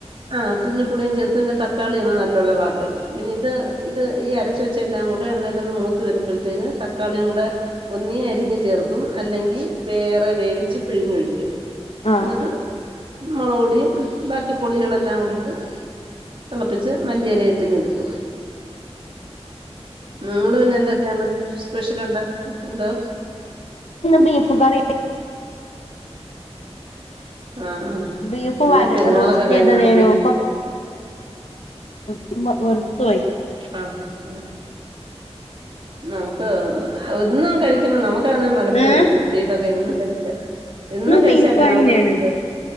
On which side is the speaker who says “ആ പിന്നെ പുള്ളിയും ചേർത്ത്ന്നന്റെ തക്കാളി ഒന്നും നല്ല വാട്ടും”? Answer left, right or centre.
Right